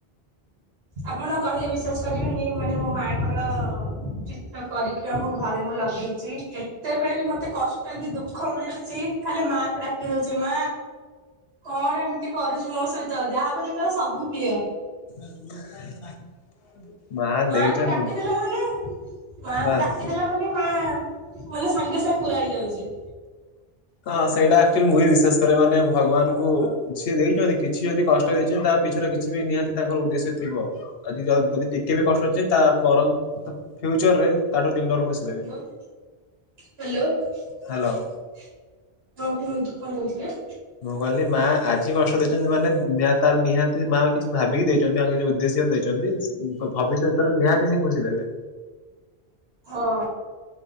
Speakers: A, on the right (about 70°); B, on the left (about 65°).
A: ଆପଣ କହିଲେ ବିଶ୍ୱାସ କରିବେନି ମାନେ ମୋ ମାଆଙ୍କର ଚିତ୍ର କରିକି ଆମ ଘରେ ମୁଁ ଲଗେଇଛି ଯେତେବେଳେ ବି ମତେ କଷ୍ଟ କି ଦୁଃଖ ମିଳୁ ଚି ଖାଲି ମାଆଙ୍କୁ ଡାକ୍ କି ଦଉଚି ମା କଣ ଏମତି କରୁଛୁ ମୋ ସହିତ ଯାହାହବ ଦେଖିବ ସବୁ କ୍ଲିୟର।
B: <inaudible>
A: ମାଆଙ୍କୁ
B: ଦେଇଛନ୍ତି
A: ଡାକିଦେଲା ମାନେ ମା ଙ୍କୁ
B: ବାସ୍।
A: ଡାକିଦେଲା ମାନେ ମାଆ ମାନେ ସାଙ୍ଗେ ସାଙ୍ଗେ ପୁରା ହେଇଯାଉଛି।
B: ହଁ ସେଇଟା ଆକଚୁଲି ମୁଁ ବି ବିଶ୍ୱାସ କରେ ମାନେ ଭଗବାନଙ୍କୁ। ସିଏ ଦେଇଚନ୍ତି କିଛି ଯଦି କଷ୍ଟ ଦେଇଚନ୍ତି ତା କିଛି ନା କିଛି ବି ନିହାତି ତାଙ୍କର ଉଦ୍ଦେଶ୍ୟ ଥିବ ଆଜି ଯ ଯଦି ଟିକେ ବି କ <inaudible> ତା ପର ଫିୟୁଚରରେ ତାଠୁ ତିନଡବଲ ଖୁସି। ଦେବେ।
A: ମମ୍ ହାଲୋ। ହଁ
B: ହ୍ୟାଲୋ।
A: କୁହନ୍ତୁ କଁ କହୁଥିଲେ?
B: ମୁଁ କହିଲି ମା ଆଜି କଷ୍ଟ ଦେଇଚନ୍ତି ମାନେ ନିହାତି ତାର ନିହାତି ମା କିଛି ଭାବିକି ଦେଇଚନ୍ତି ଆ କିଛି ଉଦ୍ଦେଶ୍ୟରେ ଦେଇଚନ୍ତି। ଭବିଷ୍ୟତରେ ନିହାତି ସେ ଖୁସି ଦେବେ।
A: ହଁଅଁ